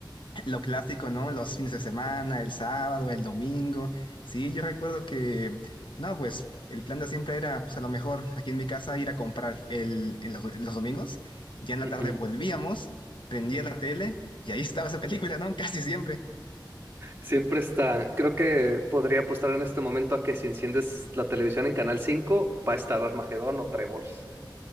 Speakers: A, on the left; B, on the right.
A: Lo clásico, ¿no? Los fines de semana, el sábado, el domingo. Sí, yo recuerdo que, no, pues el plan de siempre era, pues a lo mejor aquí en mi casa ir a comprar el, en los, en los domingos.
B: <laughs>
A: Ya en la
B: Ujú.
A: tarde volvíamos, prendía la tele y ahí <laughs> estaba esa película, ¿no? <laughs> Casi siempre.
B: Siempre está. Creo que podría apostar en este momento a que si enciendes la televisión en Canal 5 va a estar Armagedón o Tremors.